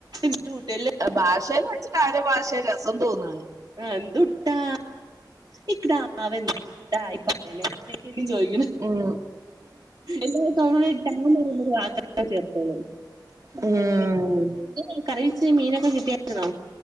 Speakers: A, on the right; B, on the right.
A: എട്ടല്ല
B: ആ ഭാഷേന്ന് വെച്ചിട്ട് ആഒരു ഭാഷ രസം തോന്ന്ന്ന്
A: ആ എന്തുട്ടാ ഇക്ക്ടാവ് എന്തുട്ടായി പറയണെ അങ്ങനൊക്കേയിരിക്കും ചോയിക്ക്ണെ
B: ഉം
A: എല്ലാ താഴത്തങ്ങുന്നൊരുന്നൊരു വാക്ക ചേർത്തോളും.
B: ഉം
A: എങ്ങനെ കറിവെച്ച് മീനൊക്കെ കിട്ടിയായിരുന്നോ?